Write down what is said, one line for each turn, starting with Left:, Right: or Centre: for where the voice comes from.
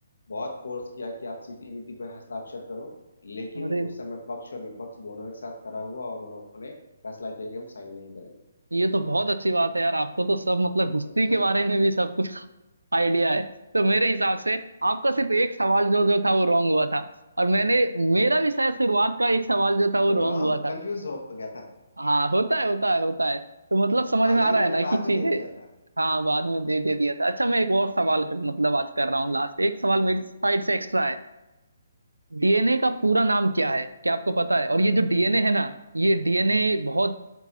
Left: बहुत फोर्स किया कि आप सीटीबीटी पर हस्ताक्षर करो लेकिन
Right: अरे
Left: उस समय पक्ष और विपक्ष दोनों एक साथ खड़ा हुआ और उन्होंने फैसला किया कि हम साइन नहीं करेंगे
Right: ये तो बहुत अच्छी बात है यार आपको तो सब मतलब हिस्ट्री
Left: समझे
Right: के बारे में भी सब कुछ <laughs> आइडिया है तो मेरे हिसाब से आपका सिर्फ एक सवाल जो जो था वो रॉन्ग हुआ था और मैंने मेरा भी शायद शुरुआत का एक सवाल जो था वो रॉन्ग
Left: रॉन्ग
Right: हुआ था
Left: कंफ्यूज हो गया था
Right: हाँ होता है होता है होता है तो मतलब समझ
Left: हाँ
Right: में
Left: लेकिन
Right: आ रहा
Left: मैंने
Right: है ना
Left: बाद
Right: कि चीजें
Left: में दे दिया था
Right: हाँ बाद में दे दे दिया था अच्छा मैं एक और सवाल कर, मतलब आज कर रहा हूँ लास्ट एक सवाल मेरी साइड से एक्स्ट्रा है डीएनए का पूरा नाम क्या है क्या आपको पता है और ये जो डीएनए
Left: तो ठीक
Right: है ना ये डीएनए बहुत